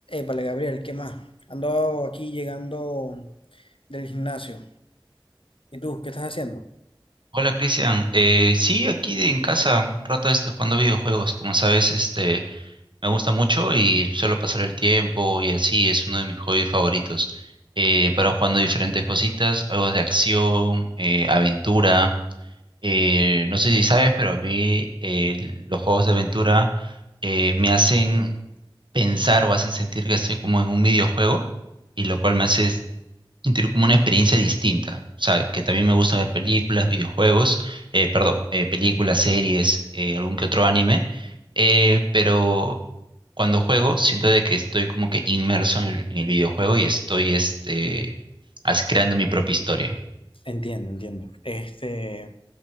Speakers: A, on the left; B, on the right.
A: vale Gabriel, ¿qué más? Ando aquí llegando del gimnasio. ¿Y tú, qué estás haciendo?
B: Hola Cristian, Eh, sí, aquí de- en casa, un rato este jugando videojuegos, como sabes, este me gusta mucho y suelo pasar el tiempo y así es uno de mis hobbies favoritos. Eh, para jugando diferentes cositas, algo de acción, eh, aventura. Eh, no sé si sabes, pero a mí eh, l- los juegos de aventura eh, me hacen pensar o hacen sentir que estoy como en un videojuego y lo cual me hace y tener como una experiencia distinta. O sea, que también me gusta ver películas, videojuegos, eh, perdón, eh, películas, series, eh, algún que otro anime, eh, pero cuando juego siento de que estoy como que inmerso en el, en el videojuego y estoy este, as- creando mi propia historia.
A: Entiendo, entiendo. Este,